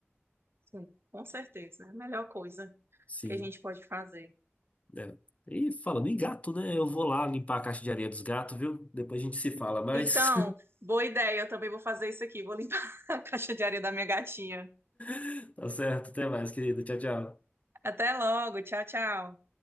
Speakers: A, on the right; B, on the left.
A: Sim, com certeza. É a melhor coisa
B: Sim,
A: que a gente pode fazer.
B: é. E falando em gato, né? Eu vou lá limpar a caixa de areia dos gatos, viu? Depois a gente se fala, mais
A: Então, boa ideia. Eu também vou fazer isso aqui. Vou limpar <laughs> a caixa de areia da minha gatinha.
B: <laughs> tá certo, até mais, querido. Tchau, tchau.
A: Até logo. Tchau, tchau.